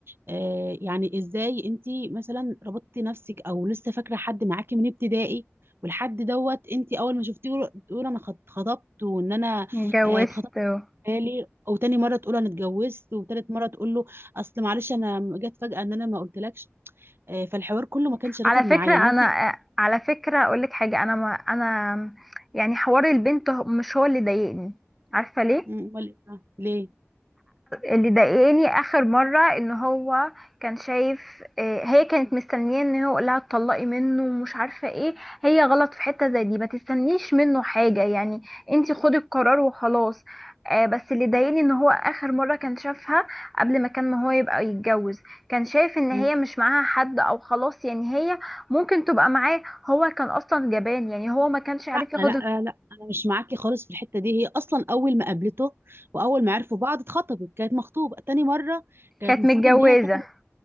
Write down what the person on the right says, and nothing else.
آه يعني ازاي انت مثلا ربطتي نفسك او لسه فاكره حد معاكي من ابتدائي والحد دوت انت اول ما شفتيه تقول انا خط- خطبت وان انا
آه، اتخطبت
بالي وتاني مره تقول انا اتجوزت وتالت مره تقول له اصل معلش انا جت فجاه ان انا ما قلتلكش آه فالحوار كله ما كانش راكب
معايا ان انت
امال إيه؟
ليه
لا
لا لا انا مش معاكي خالص في الحته دي هي اصلا اول ما قابلته واول ما عرفوا بعض اتخطبت كانت مخطوبه تاني مره كانت
المفروض
ان هي تاخد